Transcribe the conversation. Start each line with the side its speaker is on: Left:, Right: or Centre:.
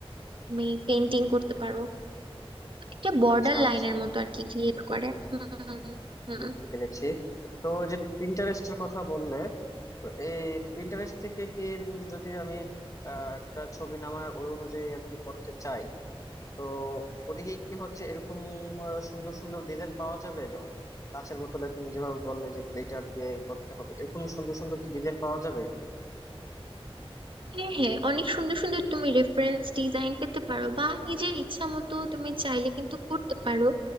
Right: তুমি পেন্টিং করতে পারো একটা বর্ডার
Left: আচ্ছা আচ্ছা
Right: লাইনের মতো আর কি ক্রিয়েট করে হুম, হুম।
Left: বুঝতে পেরেছি তো যে প্রিন্টারেস্টের কথা বললে তো এই প্রিন্টারেস্ট থেকে কি উম, যদি আমি আহ, একটা ছবি নামায় ওই অনুযায়ী আর কি করতে চাই তো ওদিকে কি হচ্ছে এরকম আহ, সুন্দর সুন্দর ডিজাইন পাওয়া যাবে যেমন কাঁচের বোতলে তুমি যেভাবে বললে যে গ্লিটার দিয়ে করতে হবে এরকম সুন্দর সুন্দর কি ডিজাইন পাওয়া যাবে
Right: হ্যাঁ হ্যাঁ অনেক সুন্দর সুন্দর তুমি রেফারেন্স ডিজাইন পেতে পারো বা নিজের ইচ্ছা মতো তুমি চাইলে কিন্তু করতে পারো